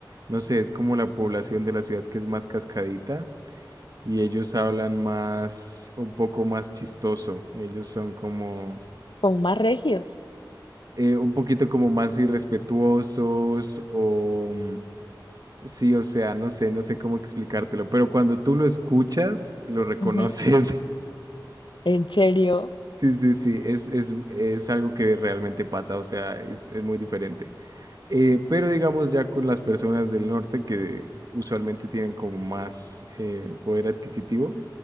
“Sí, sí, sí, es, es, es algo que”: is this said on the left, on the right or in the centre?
Right